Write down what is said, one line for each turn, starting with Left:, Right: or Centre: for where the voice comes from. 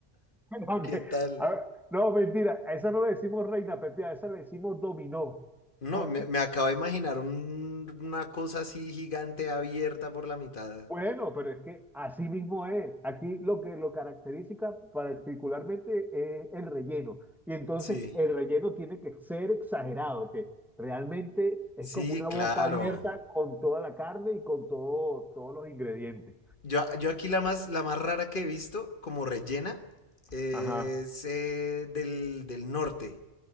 Centre: No,
Left: ¿Qué
Centre: que-
Left: tal?
Centre: a ver, no, mentira, a esa no le decimos reina pepiada, a esa le decimos dominó.
Left: No,
Centre: ¿Por
Left: me,
Centre: qué?
Left: me acabo de imaginar un- una cosa así gigante abierta por la mitad.
Centre: Bueno, pero es que así mismo es. Aquí lo que lo caracteriza particularmente es el relleno. Y entonces
Left: Sí,
Centre: el relleno tiene que ser exagerado, que realmente es
Left: sí,
Centre: como una
Left: claro.
Centre: boca abierta con toda la carne y con todo, todos los ingredientes.
Left: Yo, yo aquí la más, la más rara que he visto, como rellena, es
Centre: Ajá,
Left: eh, del, del norte,